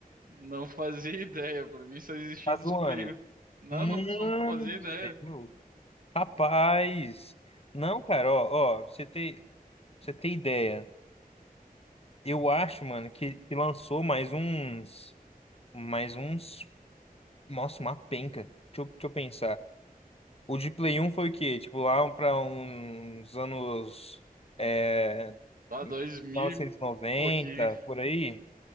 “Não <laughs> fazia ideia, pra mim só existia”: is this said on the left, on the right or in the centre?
Right